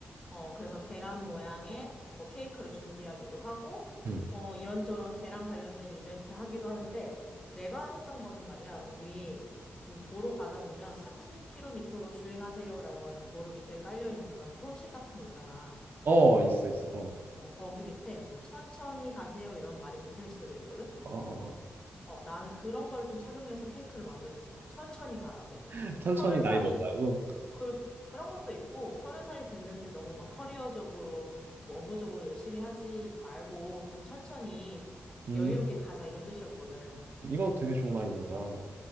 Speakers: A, on the left; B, on the right.
A: 어, 그래서 계란 모양의 뭐 케이크를 준비하기도 하고,
B: <laughs> 음.
A: 어, 이런저런 계란 관련된 이벤트 하기도 하는데, 내가 했던 거는 말이야, 우리, 우리 도로 가다 보면 30km로 주행하세요라고 하는 도로 밑에 깔려있는 그런 표식 같은 거 있잖아.
B: 어, 있어, 있어. 어.
A: 어, 거기 밑에 뭐 천천히 가세요 이런 말이 붙어 있을 수도 있거든.
B: 어, 어, 어.
A: 어, 나는 그런 거를 좀 착용해서 케이크를 만들었어. 천천히 가라고.
B: <laughs> 천천히
A: 서른
B: 나이
A: 살이
B: 먹으라고.
A: 그 그런 것도 있고 서른 살이 됐는데 너무 막 커리어적으로 뭐 업무적으로 열심히 하지 말고 좀 천천히
B: 음,
A: 여유롭게 가자 이런 뜻이었거든.
B: 이거 되게 좋은 아이디어다.